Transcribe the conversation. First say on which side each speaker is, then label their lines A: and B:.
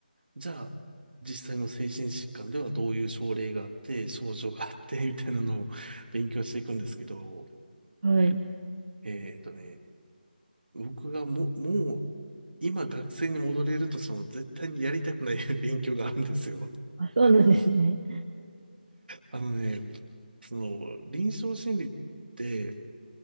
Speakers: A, on the right; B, on the right.
A: じゃあ実際の精神疾患ではどういう症例があって、症状があって、みたいなのを勉強していくんですけど、
B: はい。
A: えっとね、僕がもう、もう、今学生に戻れるとしても絶対にやりたくない <laughs> 勉強があるんですよ。
B: あ、そうなんですね。
A: あのね、その、臨床心理って、